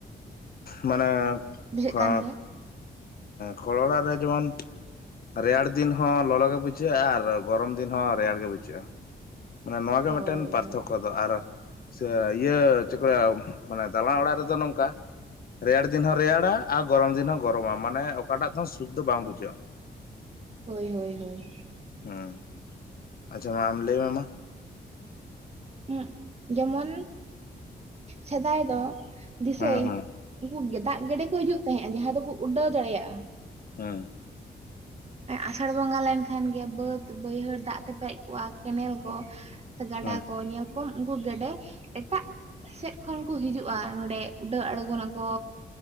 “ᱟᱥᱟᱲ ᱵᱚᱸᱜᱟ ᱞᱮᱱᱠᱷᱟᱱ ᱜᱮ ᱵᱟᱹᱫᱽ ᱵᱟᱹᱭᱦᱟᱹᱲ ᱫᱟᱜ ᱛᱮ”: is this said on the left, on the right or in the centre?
Right